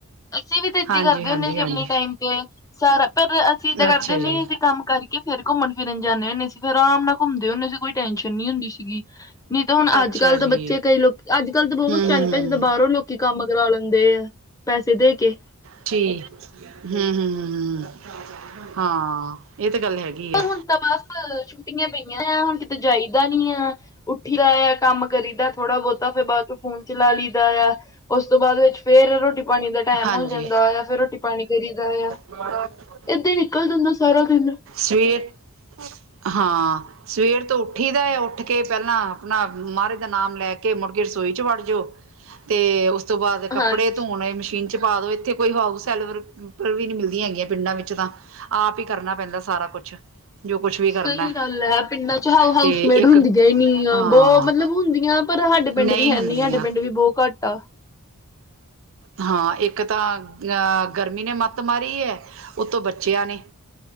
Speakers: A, on the left; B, on the right.
A: ਅਸੀਂ ਵੀ ਤਾਂ ਏਦਾਂ
B: ਹਾਂਜੀ
A: ਕਰਦੇ
B: ਹਾਂਜੀ ਹਾਂਜੀ
A: ਹੁੰਦੇ ਸੀ।
B: ਹਾਂਜੀ
A: ਆਪਣੇ ਟਾਈਮ ਤੇ ਸਾਰਾ ਪਰ ਅਸੀਂ ਏਦਾਂ ਕਰਦੇ
B: ਅੱਛਾ
A: ਹੁੰਦੇ।
B: ਜੀ
A: ਅਸੀਂ ਕੰਮ ਕਰਕੇ ਫੇਿਰ ਘੁੰਮਣ ਫਿਰਨ ਜਾਂਦੇ ਹੁੰਦੇ ਸੀ। ਫਿਰ ਆਰਾਮ ਨਾਲ ਘੁੰਮਦੇ ਹੁੰਦੇ ਸੀ। ਕੋਈ ਟੈਂਨਸ਼ਨ ਨਹੀ ਹੁੰਦੀ ਸੀਗੀ ਨਹੀਂ ਤੇ, ਹੁਣੱ
B: ਅੱਛਾ
A: ਅਜ-ਕੱਲ
B: ਜੀ
A: ਤਾਂ ਬੱਚੇ ਕਈ ਲੋਕ ਅੱਜ-ਕੱਲ ਤਾਂ ਬਹੁਤ
B: ਹਮ
A: ਚੈਂਟ
B: ਹਮ
A: ਹੈ। ਜਿੱਦਾ ਬਾਹਰੋਂ ਲੋਕ ਕਿ ਕੰਮ ਕਰਾ ਲੈਂਦੇ ਆ। ਪੈਸੇ ਦੇ ਕੇ
B: ਠੀਕ, ਹੂ-ਹੂ-ਹੂ- ਹਾਂ। ਇਹ ਤਾਂ ਗੱਲ ਹੈਗੀ
A: ਪਰ
B: ਆ
A: ਹੁਣ ਤਾਂ, ਬਸ ਛੁੱਟੀਆਂ ਪਈਆਂ ਆ। ਹੁਣ ਕਿਤੇ ਜਾਈਦਾ ਨੀ ਆ ਉੱਠੀ ਦਾ ਆ ਕੰਮ ਕਰੀਦਾ, ਥੋੜਾ ਬਹੁਤਾ ਫਿਰ ਬਾਅਦ ਚੋਂ ਫੋਨ ਚਲਾ ਲਈਦਾ ਆ ਉਸ ਤੋਂ ਬਾਅਦ ਵਿੱਚ ਫੇਰ ਰੋਟੀ ਪਾਣੀ ਦਾ ਟਾਈਮ
B: ਹਾਂਜੀ।
A: ਹੋ ਜਾਂਦਾ ਆ। ਫਿਰ ਰੋਟੀ ਪਾਣੀ ਕਰੀਦਾ ਆ
B: ਹ <unintelligible>
A: ਏਦਾਂ ਹੀ ਨਿਕਲ ਜਾਂਦਾ। ਸਾਰਾ ਦਿਨ
B: ਸਵੇਰ ਹਾਂ ਸਵੇਰ ਤੋਂ ਉੱਠੀ ਦਾ ਆ। ਉੱਠ ਕੇ ਪਹਿਲਾਂ ਆਪਣਾ ਮਹਾਰਾਜ ਦਾ ਨਾਮ ਲੈ ਕੇ ਮੁੜ ਕੇ ਰਸੋਈ ਚ ਵੜ ਜਾਓ ਤੇ, ਉਸ ਤੋਂ ਬਾਅਦ ਕੱਪੜੇ
A: ਹਾਂਜੀ
B: ਧੋਣੇ ਮਸ਼ੀਨ 'ਚ ਪਾ ਦਿਓ ਇੱਥੇ ਕੋਈ ਹਾਊਸ ਸੈਲਵਰ ਵੀ ਨੀ ਮਿਲਦੀਆਂ ਹੈਗੀਆਂ। ਪਿੰਡਾਂ ਵਿੱਚ ਤਾਂ ਆਪ ਹੀ ਕਰਨਾ ਪੈਂਦਾ, ਸਾਰਾ ਕੁਛ ਜੋ ਕੁਛ ਵੀ
A: ਸਹੀ
B: ਕਰਨਾ।
A: ਗੱਲ ਹੈ। ਪਿੰਡਾਂ ਚ ਹਾਊਸਮੇਟ
B: ਤੇ ਇੱਕ
A: ਹੁੰਦੀਆਂ ਹੀ ਨ ਆ
B: ਹਾਂ
A: ਬਹੁਤ ਮਤਲਬ ਹੁੰਦੀਆਂ ਪਰ, ਸਾਡੇ ਪਿੰਡ
B: ਨਹੀਂ
A: ਵੀ ਹੈਨੀ
B: ਹੁੰਦੀਆਂ
A: ਸਾਡੇ ਪਿੰਡ ਵੀ ਬਹੁਤ ਘੱਟ ਆ
B: ਹਾਂ, ਇੱਕ ਤਾਂ ਆਹ ਗਰਮੀ ਨੇ ਮੱਤ ਮਾਰੀ ਹੈ। ਉਹਤੋਂ ਬੱਚਿਆਂ ਨੇ